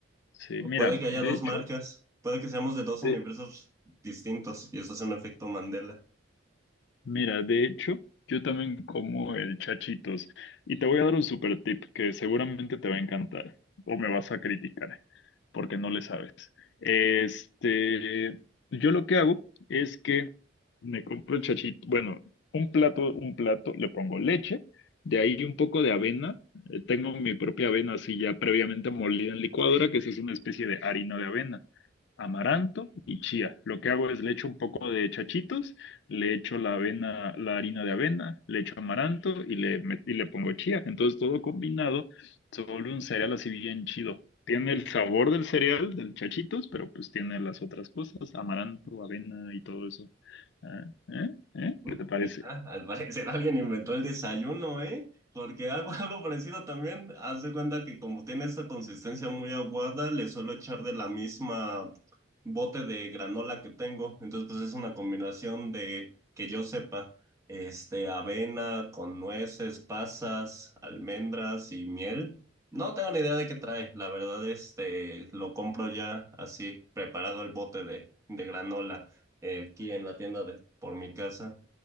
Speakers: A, on the left; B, on the right.
A: Sí,
B: O
A: mira,
B: puede que haya
A: de
B: dos
A: hecho,
B: marcas. Puede que seamos de dos
A: de...
B: universos distintos y eso es un efecto Mandela.
A: Mira, de hecho, yo también como el chachitos y te voy a dar un super tip que seguramente te va a encantar o me vas a criticar porque no le sabes. Este, yo lo que hago es que me compro el chachito, bueno, un plato, un plato, le pongo leche, de ahí un poco de avena, eh, tengo mi propia avena así ya previamente molida en licuadora, que sí es una especie de harina de avena amaranto y chía. Lo que hago es le echo un poco de chachitos, le echo la avena, la harina de avena, le echo amaranto y le, met- y le pongo chía. Entonces todo combinado se vuelve un cereal así bien chido. Tiene el sabor del cereal, del chachitos, pero pues tiene las otras cosas, amaranto, avena y todo eso. ¿Eh? ¿Eh? ¿Eh?
B: Ujú.
A: ¿Qué te parece?
B: Mira, al parecer alguien inventó el desayuno, ¿eh? Porque hago <laughs> algo parecido también. Haz de cuenta que como tiene esa consistencia muy aguada, le suelo echar de la misma bote de granola que tengo. Entonces, pues es una combinación de, que yo sepa, este, avena con nueces, pasas, almendras y miel. No tengo ni idea de qué trae. La verdad, este, lo compro ya así, preparado el bote de, de granola, eh, aquí en la tienda de, por mi casa.